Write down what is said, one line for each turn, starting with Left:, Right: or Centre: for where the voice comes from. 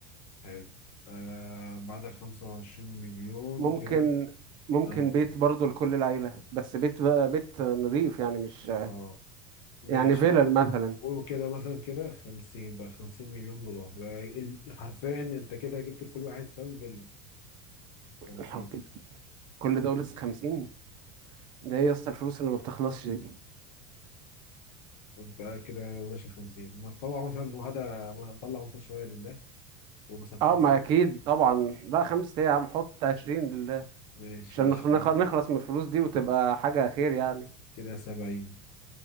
Left: حلو آه بعد ال 25 مليون
Right: ممكن
Left: كده
Right: ممكن
Left: اه
Right: بيت برضو لكل العيلة بس بيت بقى بيت نظيف يعني مش
Left: اه ماشي
Right: يعني فيلل مثلا
Left: قولوا كده مثلا كده 50 بقى 50 مليون دولار آه، ال- حرفيا انت كده جبت لكل واحد فاهم فيلا
Right: لو
Left: 50
Right: جبت كل ده ولسه 50 ده ايه يا اسطى الفلوس اللي ما بتخلصش دي
Left: بقى كده ماشي 50 ما تطلع مثلا وهذا ما اطلع مثلا شويه لله ومثلا خمسه
Right: اه ما اكيد طبعا لا خمسة ايه يا عم حط 20 لله
Left: ماشي
Right: عشان
Left: 20
Right: نخ- نخ- نخلص من الفلوس دي وتبقى حاجة خير يعني
Left: كده 70